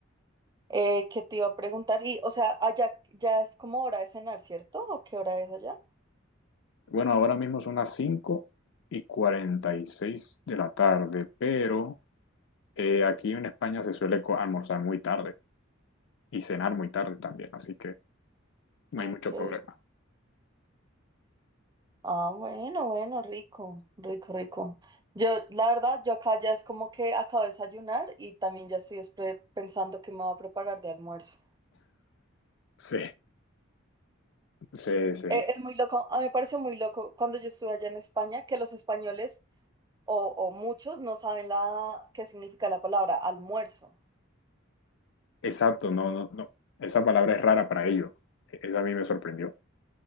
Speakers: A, on the right; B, on the left.
A: Eh, ¿qué te iba a preguntar? Y, o sea, allá ya es como hora de cenar, ¿cierto? ¿O qué hora es allá?
B: Bueno, ahora mismo son las cinco y cuarenta y seis de la tarde, pero eh, aquí en España se suele co- almorzar muy tarde y cenar muy tarde también, así que no
A: Ok.
B: hay mucho problema.
A: Ah, bueno, bueno, rico, rico, rico. Yo, la verdad, yo acá ya es como que acabo de desayunar y también ya estoy es pre- pensando que me voy a preparar de almuerzo.
B: Sí. Sí, sí,
A: Eh, es muy loco, a mí me pareció muy loco cuando yo estuve allá en España que los españoles o, o muchos no saben la qué significa la palabra almuerzo.
B: exacto, no, no, no. Esa palabra es rara para ellos. Esa a mí me sorprendió.